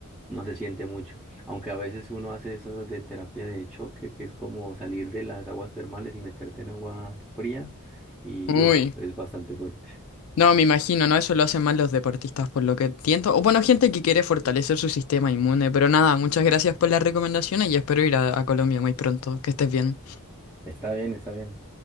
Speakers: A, in the centre; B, on the left.
A: no se siente mucho, aunque a veces uno hace eso de terapia de choque, que es como salir de las aguas termales y meterte en agua fría y
B: Uy,
A: uff, es bastante fuerte.
B: no, me imagino, ¿no? Eso lo hacen más los deportistas, por lo que entiendo. O bueno, gente que quiere fortalecer su sistema inmune, pero nada, muchas gracias por las recomendaciones y espero ir a a Colombia muy pronto. Que estés bien.
A: Está bien, está bien.